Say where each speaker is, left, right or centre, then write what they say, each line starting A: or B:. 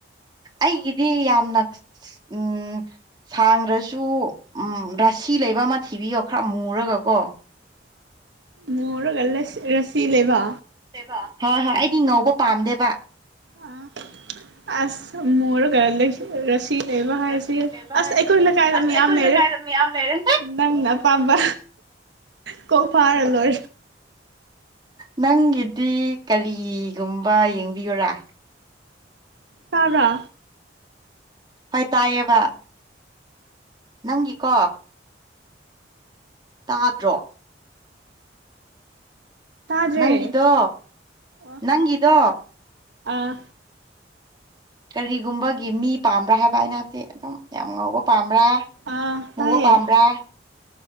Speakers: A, on the right; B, on the right.
A: ꯑꯩꯒꯤꯗꯤ ꯌꯥꯝꯅ ꯎꯝ ꯁꯥꯡꯗ꯭ꯔꯁꯨ ꯎꯝ ꯔꯥꯁꯤ ꯂꯩꯕ ꯑꯃ ꯊꯤꯕꯤꯌꯣ ꯈꯔ ꯃꯨꯔꯒꯀꯣ
B: ꯃꯨꯔꯒꯥ ꯂꯁ ꯔꯁꯤ ꯂꯩꯕ
A: ꯂꯩꯕꯥ ꯍꯣꯏ ꯍꯣꯏ ꯑꯩꯗꯤ ꯉꯧꯕ ꯄꯥꯝꯗꯦꯕ
B: ꯑ ꯑꯁ ꯃꯨꯔꯒ ꯂꯩ ꯔꯥꯁꯤ ꯁꯤ ꯂꯩꯕ ꯍꯥꯏꯁꯦ
A: ꯔꯁꯤ ꯂꯩꯕ
B: ꯑꯁ
A: ꯍꯥꯏꯁꯦ
B: ꯑꯩꯈꯣꯏ ꯂꯩꯀꯥꯏꯗ
A: ꯑꯁ
B: ꯃꯤꯌꯥꯝ
A: ꯑꯩꯈꯣꯏ
B: ꯂꯩꯔꯦ
A: ꯂꯩꯀꯥꯏꯗ ꯃꯌꯥꯝ ꯂꯩꯔꯦ
B: ꯅꯪꯅ ꯑꯄꯥꯝꯕ ꯀꯣꯛ ꯐꯥꯔ ꯂꯣꯏꯔꯦ
A: ꯅꯪꯒꯤꯗꯤ ꯀꯔꯤꯒꯨꯝꯕ ꯌꯦꯡꯕꯤꯌꯨꯔꯥ
B: ꯇꯥꯕ꯭ꯔꯥ
A: ꯍꯣꯏ ꯇꯥꯏꯌꯦꯕ ꯅꯪꯒꯤꯀꯣ ꯇꯥꯗ꯭ꯔꯣ
B: ꯇꯥꯗ꯭ꯔꯦ
A: ꯅꯪꯒꯤꯗꯣ
B: ꯑꯣ
A: ꯅꯪꯒꯤꯗꯣ
B: ꯑꯥ
A: ꯀꯔꯤꯒꯨꯝꯕꯒꯤ ꯃꯤ ꯄꯥꯝꯕ꯭ꯔꯥ ꯍꯥꯏꯕ ꯑꯩꯅꯥ ꯍꯥꯏꯕꯗꯤ ꯑꯗꯨꯝ ꯌꯥꯝ ꯉꯧꯕ ꯄꯥꯝꯕ꯭ꯔꯥ
B: ꯑꯥ
A: ꯃꯨꯕ
B: ꯇꯥꯏꯌꯦ
A: ꯄꯥꯝꯕ꯭ꯔꯥ